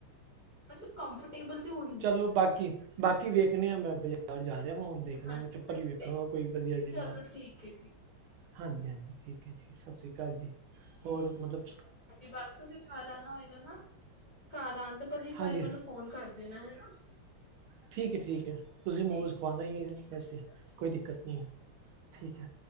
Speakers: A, on the left (about 55°); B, on the right (about 90°).
A: ਮਤਲੱਬ ਕੰਫਰਟ ਟੇਬਲ ਤੇ ਹੋ
B: ਚਲੋ ਬਾਕੀ, ਬਾਕੀ ਵੇਖਦੇ ਆ ਬਾਹਰ ਜਾ ਰਿਹਾ ਵੈਂ ਹੁਣ, ਦੇਖਣਾ
A: ਹਾਂਜੀ
B: ਚੱਪਲ
A: ਹਾਂਜੀ
B: ਹੀ ਵੇਖਣਾ
A: ਦੇਖਦੇ
B: ਵਾ ਕੋਈ
A: ਹਾਂ।
B: ਵਧੀਆ ਜੀ
A: ਚਲੋ
B: ਨਾਲ
A: ਠੀਕ ਹੈ ਜੀ-
B: ਹਾਂਜੀ ਹਾਂਜੀ ਠੀਕ ਹੈ ਜੀ, ਸਤਿ ਸ੍ਰੀ ਅਕਾਲ ਜੀ। ਹੋਰ ਮਤਲੱਬ
A: ਜੀ ਬਸ ਤੁਸੀਂ ਘਰ ਆਣਾ ਹੋਏਗਾ ਨਾ, ਘਰ ਆਉਣ ਤੋਂ ਪਹਿਲਾਂ ਇੱਕ
B: ਹਾਂਜੀ
A: ਵਾਰੀ ਮੈਨੂੰ ਫੋਨ ਕਰ ਦੇਣਾ ਹੈਣਾ
B: ਠੀਕ ਹੈ ਠੀਕ ਹੈ, ਤੁਸੀਂ ਮੋਮੋਜ਼
A: ਠੀਕ
B: ਖਵਾਣੇ ਹੀ ਹੈ
A: ਜੀ ਸਤਿ
B: ਵੈਸੇ
A: ਸ਼੍ਰੀ ਅਕਾਲ
B: ਕੋਈ ਦਿੱਕਤ ਨਹੀਂ ਹੈ, ਠੀਕ ਹੈ